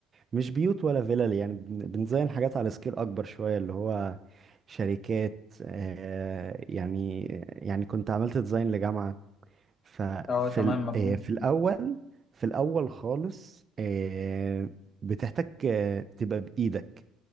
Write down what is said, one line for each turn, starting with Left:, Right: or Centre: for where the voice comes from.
Right: مش بيوت ولا فيلل يعني بن- بنديزاين حاجات على سكيل أكبر شوية اللي هو شركات آه، يعني يعني كنت عملت ديزاين لجامعة ففي
Left: اه تمام
Right: ال-
Left: مفهوم
Right: آه، في الاول في الاول خالص آه، بتحتاج آه، تبقى بايدك